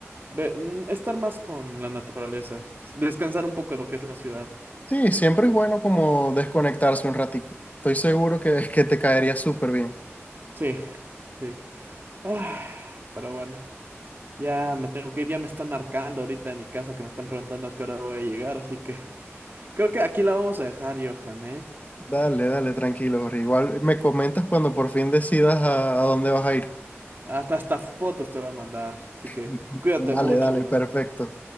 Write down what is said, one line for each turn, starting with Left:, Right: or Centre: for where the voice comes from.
Right: Ve- mm, estar más con la naturaleza, descansar un poco de lo que es la ciudad.
Left: Sí, siempre es bueno como desconectarse un ratico. Estoy seguro que, que te caería súper bien.
Right: Sí, sí. Ah, pero bueno, ya me tengo que ir, ya me están marcando ahorita en mi casa que me están preguntando a qué hora voy a llegar, así que <laughs> creo que aquí la vamos a dejar, Johan, ¿eh?
Left: Dale, dale, tranquilo, Jorge. Igual me comentas cuando por fin decidas a a dónde vas a ir.
Right: Hasta, hasta fotos te voy a mandar, así que
Left: <laughs>
Right: cuídate
Left: Dale,
Right: mucho,
Left: dale,
Right: bro.
Left: perfecto.